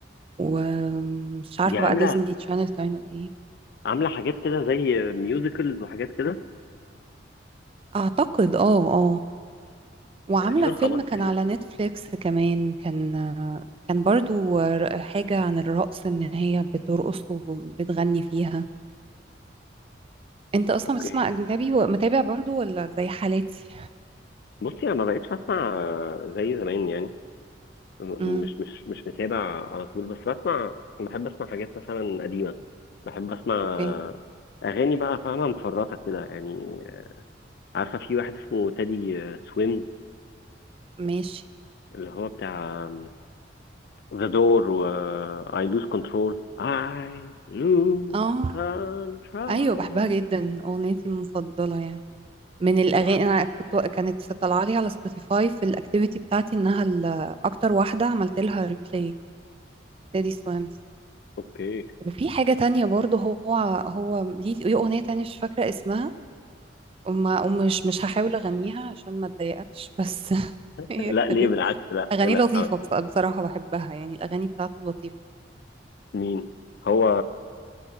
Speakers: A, on the right; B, on the left.
A: ومش عارفة
B: دي عامله
A: بقى ديزني تشانل كان ولا ايه
B: عامله حاجات كده زي ميوزيكلز وحاجات كده
A: اعتقد اه اه وعاملة
B: تقريبا
A: فيلم
B: خبطت
A: كان
B: فيها
A: على نتفليكس كمان كان كان برضو ر- حاجة عن الرقص ان هي بترقص وبتغني فيها انت اصلا
B: اوكي
A: بتسمع اجنبي ومتابع برضو ولا زي حالاتي
B: بصي انا ما بقتش اسمع زي زمان يعني م-
A: امم
B: مش مش مش متابع على طول بس بسمع بحب اسمع حاجات مثلا قديمه بحب اسمع
A: اوكي
B: اغاني بقى فاهمه مفرطه كده يعني عارفة في واحد اسمه تادي سويم
A: ماشي
B: اللي هو بتاع ذا دور و I lose control I lose
A: اه
B: control
A: ايوه بحبها جدا اغنيتي المفضله يعني من الاغاني
B: آه،
A: انا كنت كانت طالعه لي على سبوتيفاي في الاكتيفيتي بتاعتي انها ال- اكتر واحده عملت لها ريبلاي تيدي سويمز
B: اوكي
A: وفي حاجه تانية برضو هو هو ليه ليه اغنيه تانية مش فاكره اسمها وما ومش مش هحاول اغنيها عشان ما اضايقكش بس <laughs> هي
B: لا ليه
A: كانت
B: بالعكس لا
A: اغاني
B: لا
A: لطيفه
B: آه،
A: بص- بصراحه بحبها يعني الاغاني بتاعته لطيفه
B: مين هو